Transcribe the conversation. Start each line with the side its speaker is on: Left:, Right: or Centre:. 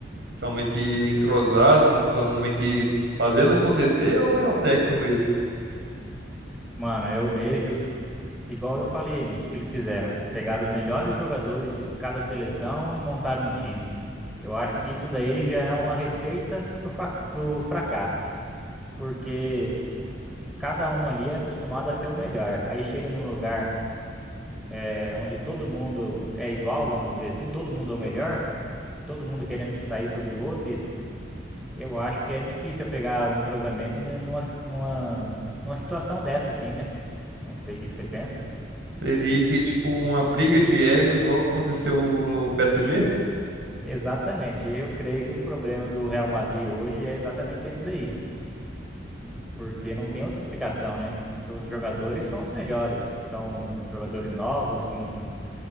Right: estão meio que entrosados, não estão meio que fazendo acontecer, ou é o técnico mesmo?
Centre: mano, eu vejo Igual eu falei ali, o que que eles fizeram? Pegaram os melhores jogadores de cada seleção e montaram um time. Eu acho que isso daí já é uma receita pro, fa- pro fracasso, porque cada um ali é acostumado a ser o melhor. Aí chega num lugar eh, onde todo mundo é igual, vamos dizer assim, todo mundo é o melhor, todo mundo querendo se sair sobre o outro. E eu acho que é difícil eu pegar o entrosamento né, numa, numa, numa situação dessa, assim, né? Não sei o que que você pensa.
Right: Seria que, tipo, uma briga de ego igual aconteceu no PSG?
Centre: Exatamente. Eu creio que o problema do Real Madrid hoje é exatamente esse daí, porque não tem outra explicação, né? São Os jogadores são os melhores, são jogadores novos, com,